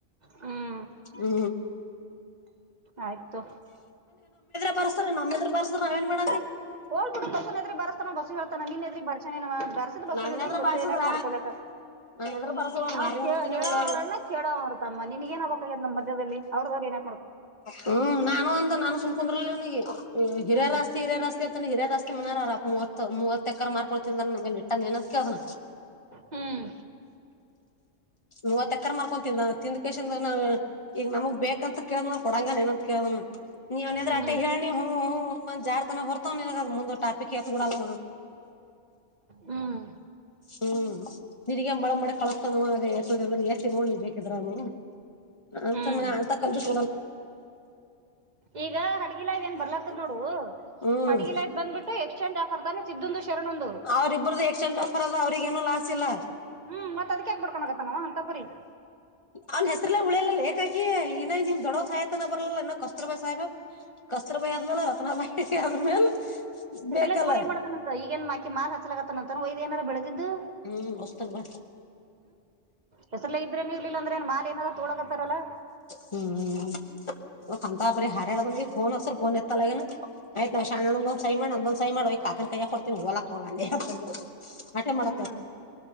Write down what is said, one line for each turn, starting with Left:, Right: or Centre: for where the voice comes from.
Right: ಹ್ಮ್
Left: ಹು
Right: ಆಯ್ತು ತಕೊ
Left: ನಮ್ಮ ಎದ್ರು ಬರಿಸಿದ್ರೆ ನಾವೇನು ಮಾಡೋಣರೀ
Right: ಹೋಗ ಬಿಡು ಬಸನೇದುರು ಬಸುಗೆ ಹೇಳ್ತಾನ ನೀನ್ ಇದ್ರಿ ಬರ್ಸನ ಬರ್ಸದ ಬಸ್ಇದ್ರಿ
Left: ನನ್ನೆದ್ರ
Right: ಬಸ್
Left: ಬಾರ್ಸುದ್ರ
Right: ಏನಕ್ ಮಾಡ್ಕೊಲಕ್
Left: ನನ್ನೆದ್ರ ಬಾರ್ಸ
Right: ಹ
Left: ಮಾರಿ
Right: ಕ
Left: ಮುತಿನ
Right: ಹೇಳೋವ್ರಣ್ಣ
Left: ಉಳ
Right: ಕೇಳವ್ರ ತಮ್ಮ ನಿನ್ಗ ಏನ್ದ ನಮ್ಮ್ ಮಧ್ಯದಲ್ಲಿ ಅವ್ರದವ್ರು ಏನ
Left: ಹ್ಮ್ ನಾನು ಒಂದು ನನ್ ಸುಮ್ ಕುಂದ್ರಲ್ಲ ಆತಗಿ ಹಿರಿಯರ
Right: ಹ್ಮ್
Left: ಆಸ್ತಿ ಅಂತಹಿರಿಯರ ಆಸ್ತಿ ಅಂತಾನಾ ಅವರ ಅಪ್ಪ ಮೂವತ್ತ ಎಕರೇ ಮಾರೀ ತಕೊಳ್ತಿಂದ್ರ ನಗೆ ನೆಟ್ಟನ್ ನಾವು ಏನ್ ಅಂತ ಕೇಳಿದ್ವ
Right: ಹ್ಮ್
Left: ಮೂವತ್ತು ಎಕರ್ ಮಾರ್ಕೊ ತಿಂದ ತಿಂದ ಕೇಶನ್ ನಾವು ಈಗ ನಮಗ್ ಬೇಕಂತ ಕೇಳ್ದ ಕೊಡಂಗ ಏನಂತ ಕೇಳ್ದ್ ನೀವ್ನ್ರ
Right: ಹ್ಮ್
Left: ಆಟೇ ಹೇಳಿ ಹು ಹು ಹ್ ಹ್ ಹ ಜಾರ್ ಹೊರತು ಅವು ಮುಂದ ಟಾಪಿಕ್ ಏತುಬಿಡಲ್ಲ
Right: ಹ್ಮ್
Left: ಹ್ಮ್ ನಿಗ ಬಳಂಬಿ ಕಳಸ್ತಾನವ ಅದೇ ಎತದ್ರ ಎಸಿ ನೋಡಿ ಬೇಕಿದ್ರನು ಅಂತಮ
Right: ಹ್ಮ್
Left: ಅಂತ ಕಂಜೂಸ್
Right: ಈಗ ಹಡ್ಗಿಲಾಯ್ ಏನ್ ಬರ್ಲತ್ತದ ನೋಡು
Left: ಹ್ಮ್
Right: ಹಡ್ಗಿಲಾಯ್ ಬಂದ್ಬಿಟ್ಟು ಎಕ್ಸ್ಚೇಂಜ್ ಆಫರ್ ತಾನೆ ಸಿದ್ದುದು ಶರಣೊಂದು
Left: ಅವ್ರಿಬ್ಬ್ರದು ಎಕ್ಸ್ಚೇಂಜ್ ಆಫರ್ ಆದ ಅವ್ರಿಗ ಏನೂ ಲಾಸ್ ಇಲ್ಲ
Right: ಹ್ಮ್ ಮತ್ ಅದಕ್ಯಾಕ ಬಡ್ಕೊಂಡೋಗತ್ತನವ ಅಂತ ಪರಿ
Left: ಅವನ್ ಹೆಸ್ರಲ್ಲೇ ಉಳಿಯಲಲ್ಲ ಹಾಕಾಗಿ ಇನ್ನ ನಿಮ್ ದೊಡೋ ಸಾಯತನ ಬರಲ್ಲ ಇನೋ ಕಸ್ರ್ ಬ ಸಹ್ಬಕ್ ಕಸ್ತರ ಬಾಯಿ ಆದ್ಮೇಲೆ ರತ್ನ ಬಾಯಿ ಆದ್ಮೇಲೆ
Right: ಹೆಸಲ್ಲಿ
Left: ಬೇಕಲ್ಲ
Right: ತಗೊಂಡ ಮಾಡ್ತಾನಂತ ಈಗಏನ್ಕಿ ಮಾಲ್ ಹಚ್ಚಲತನಂತ ಒಯ್ ಏನಾರ ಬೆಳೆದಿದ್ದು
Left: ಹ್ಮ್ ಹೊಸ್ತನ ಬಾ
Right: ಹೆಸರುಲ್ಲ ಇದ್ರೇನು ಇರ್ಲಿಲ್ಲ ಅಂದ್ರೆಏನ್ ಮಾಲ್ ಏನಾರ ತಕೊಳೋಕತಾರಲ್ಲ
Left: ಹ್ಮ್ ಹ್ಮ್ ಅಂತಪಾರಿ ಹಡ ಫೋನ್ ಹಚ್ಚಿದ್ರೆ ಫೋನ್ ಎತ್ತಲ್ಲ ಆಯ್ತು ನಾನು ಸೈನ್ ಮಾಡ್ ಅಂದೊ ಸೈ ಮಾಡ ಕಾಕ ಯ ಕೊಡ್ತೀನಿ ಹೋಲಕ್ ಹೋಗ ಆಟೆ ಮಾಡ
Right: ಹ್ಮ್